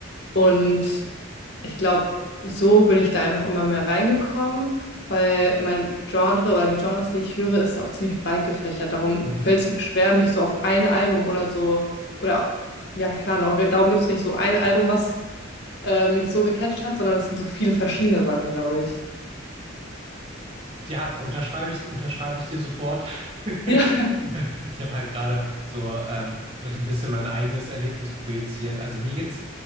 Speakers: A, on the left; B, on the right.
A: Und ich glaube, so bin ich da einfach immer mehr reingekommen, weil mein Genre oder die Genres, die ich höre, ist auch ziemlich breit gefächert.
B: <laughs>
A: Darum
B: Mhm.
A: fällt es mir schwer, mich so auf ein Album oder so, oder ja, keine Ahnung, darum gibt es nicht so ein Album, was äh, mich so gecatcht hat, sondern es sind so viele verschiedene Sachen, glaube ich.
B: Ja, unterschreibe ich, unterschreibe ich dir sofort. <laughs>
A: Ja. <laughs>
B: Ich habe halt gerade so ähm, vielleicht ein bisschen mein eigenes Erlebnis projiziert. Also mir geht's